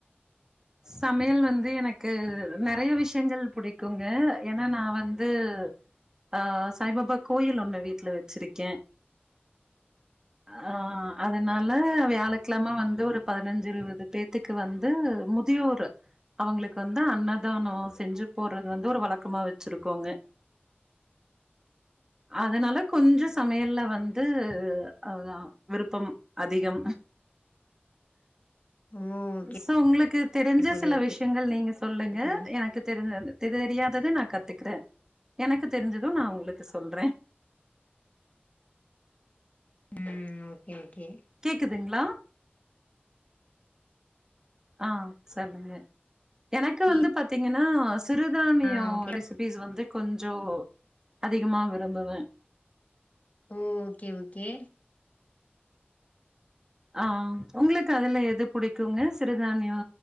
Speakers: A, on the right; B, on the left.
A: சமையல் வந்து எனக்கு நெறையா விஷயங்கள் புடிக்குங்க ஏன்னா நா வந்து ஆ சாய்பாபா கோயில் ஒண்ணு வீட்ல வச்சிருக்கே ஆ அதனால வியாழக்கெழம வந்து ஒரு பதினஞ்சி இருவது பேத்துக்கு வந்து மு தியோர் அவங்களுக்கு வந்து அன்னதானோ செஞ்சி போட்றது வந்து ஒரு வழக்கமா வச்சிருக்கோங்க அதனால கொஞ்சோ சமையல்ல வந்து அதுதா விருப்பம் அதிகம்
B: ஓ ஓகே
A: சோ உங்களுக்கு தெரிஞ்ச
B: தோழி
A: சில
B: ஓகே
A: விஷயங்கள் நீங்க சொல்லுங்க
B: தோழி
A: எனக்கு தெரிஞ்ச தெரியாதத நா கத்துக்குறே எனக்கு தெரிஞ்சது நா உங்களுக்கு சொல்றே
B: ம் ஓகே ஓகே
A: கேக்குதுங்களா ஆ சொல்லுங்க எனக்கு வந்து
B: ஏ
A: பாத்தீங்கன்னா சிறுதானியோ
B: ஆ ஓகே
A: ரெசிபீஸ் வந்து கொஞ்சோ அதிகமா விரும்புவே
B: ஓ ஓகே ஓகே
A: ஆ உங்களுக்கு அதுல எது பிடிக்குங்க சிறுதானியோ